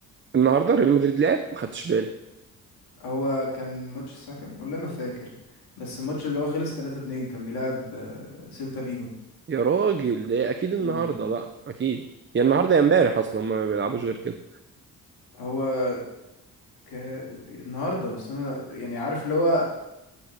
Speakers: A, on the right; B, on the left.
A: النهارده ريال مدريد لعب ما خدتش بالي
B: هو كان ماتش الساعه كام والله ما فاكر بس الماتش اللي هو خلص 3-2 كان بيلعب آه، سيلتا فيجو
A: يا راجل ده اكيد النهارده
B: مم.
A: بقى اكيد يا النهارده يا امبارح اصلا هما ما بيلعبوش غير كده
B: هو ك... النهارده بس انا يعني عارف اللي هو